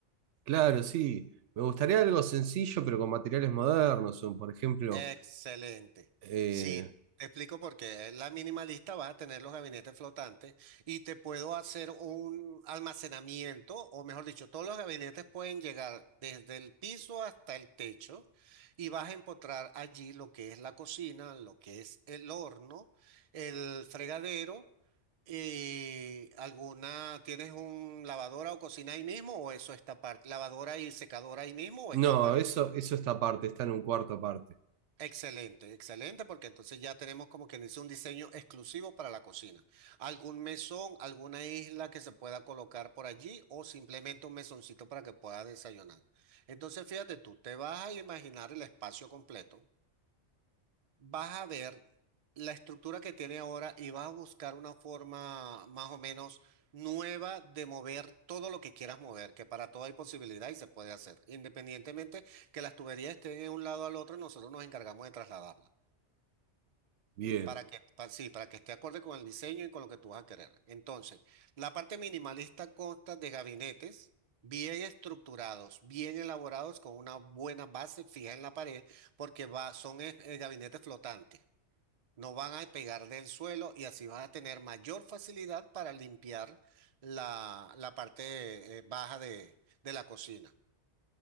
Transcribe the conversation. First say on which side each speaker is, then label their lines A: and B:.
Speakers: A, on the right; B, on the right.
A: claro, sí. Me gustaría algo sencillo, pero con materiales modernos, o por ejemplo,
B: Excelente.
A: eh,
B: Sí, te explico por qué. La minimalista va a tener los gabinetes flotantes y te puedo hacer un almacenamiento, o mejor dicho, todos los gabinetes pueden llegar desde el piso hasta el techo y vas a encontrar allí lo que es la cocina, lo que es el horno, el fregadero y alguna, ¿tienes un lavadora o cocina ahí mismo o eso está aparte? ¿Lavadora y secadora ahí mismo o
A: no,
B: está aparte?
A: eso, eso está aparte, está en un cuarto aparte.
B: Excelente, excelente, porque entonces ya tenemos como quien dice un diseño exclusivo para la cocina. ¿Algún mesón, alguna isla que se pueda colocar por allí o simplemente un mesoncito para que pueda desayunar? Entonces, fíjate tú, te vas a imaginar el espacio completo, vas a ver la estructura que tiene ahora y vas a buscar una forma más o menos nueva de mover todo lo que quieras mover, que para todo hay posibilidad y se puede hacer. Independientemente que las tuberías estén de un lado al otro, nosotros nos encargamos de trasladarlas.
A: Bien,
B: Para que, pa- sí, para que esté acorde con el diseño y con lo que tú vas a querer. Entonces, la parte minimalista consta de gabinetes bien estructurados, bien elaborados, con una buena base fija en la pared, porque va, son eh, eh, gabinetes flotantes. No van a pegar del suelo y así vas a tener mayor facilidad para limpiar la, la parte eh, baja de, de la cocina.